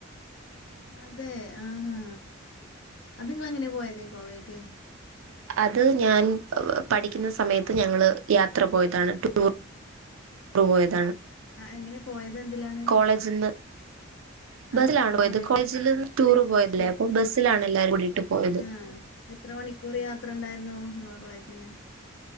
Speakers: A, on the left; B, on the right.
A: അതെ ആഹാ അത് ഇങ്ങള് എങ്ങനെ പോയത് ഗോവേക്ക്
B: അത് ഞാൻ പഠിക്ക്ന്ന സമയത്ത് ഞങ്ങള് യാത്ര പോയതാണ് ടൂ റു പോയതാണ്
A: ആഹ് എങ്ങനെ പോയത് എന്തിലാണ്
B: കോളേജ്ന്ന് ബസ്സിലാണ്
A: ആഹ് എങ്ങനെ
B: പോയത് കോളേജിന്ന് ടൂറ്
A: ബസ്സില്
B: പോയല്ലേ അപ്പൊ ബസ്സിലാണ് എല്ലാരും കൂടിട്ട് പോയത്
A: ആഹ് എത്ര മണിക്കൂറ് യാത്ര ഇണ്ടായ്രുന്നു ഇങ്ങളെ കോളേജിന്ന്